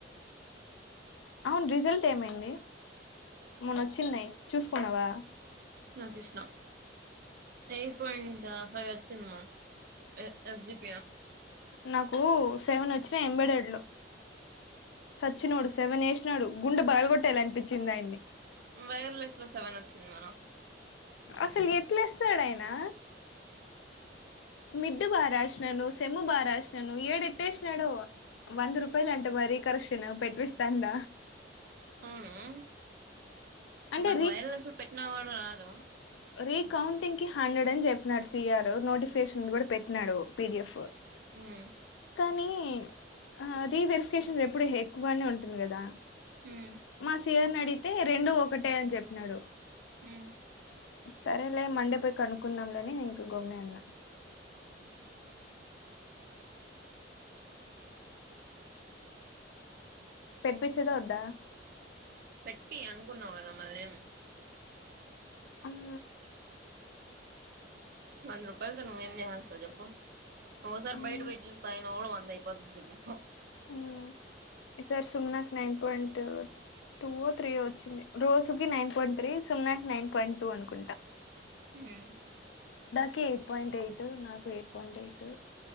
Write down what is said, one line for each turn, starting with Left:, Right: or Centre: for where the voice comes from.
Left: అవును రిజల్ట్ ఏమైంది మొన్న వచ్చిన్నాయి చూసుకున్నావా
Right: చుష్నా ఎయి పాయింట్ పై వచ్చింది మ ఎ ఎస్జిపి ఆ
Left: నాకు సెవెనోచ్చినాయి ఎంబేడేడ్ లు సచ్చినోడు సెవన్ వేసినాడు గుండు పలుగొట్టేయలనిపించింది ఆయన్ని
Right: వైర్లెస్ లో సెవెన్ వచ్చిందిమన
Left: అసలు ఎట్లేస్తడాయినా మిడ్డు బారాష్నను సెమ్ము బారాశ్నను ఏడెట్టేష్నాడో వంద రూపాయలంట రికర్షన్ పెట్విస్థంద
Right: అవునా
Left: అంటే
Right: మాకు వైర్లెస్లు పెట్టినా కూడా రాదు
Left: రీ కౌంటింగ్ కి హండ్రెడ్ అని చెప్పినాడు సిఆర్ నోటిఫికేషన్ కూడా పెట్టినాడు పిడిఎఫ్
Right: మ్
Left: కానీ ఆ రీవెరిఫికేషన్ ఎప్పుడు ఎక్కువగానే ఉంటుంది కదా
Right: ఉమ్
Left: మా సిఅర్నాడిగితే రెండు ఒకటే అని చెప్పినాడు
Right: మ్
Left: సరేలే మండే పై కనుక్కుందాంలే అని ఇంక గమ్మునే ఉన్నా
Right: అ
Left: పెట్పించేదోద్దా
Right: పెట్టిపియ్యి అనుకున్నావు కదా మళ్ళి
Left: అం
Right: వంద రూపాయలతో నువ్వేం చేసేస్తావు చెప్పు ఓసారి
Left: మ్మ్
Right: బయట పోయి జ్యూస్ తాగిన కుడా వం దైపోతుంది నీకు
Left: మ్ ఈ సరి సున్నకు నైన్ పాయింట్ టూ ఓ త్రీ ఓ వచ్చింది రోజుకి నైన్ పాయింట్ త్రీ సున్నకి నైన్ పాయింట్ టూ అనుకుంటా
Right: మ్
Left: కి ఎయిట్ పాయింట్ ఎయిట్ నాకు ఎయిట్ పాయింట్ ఎయిట్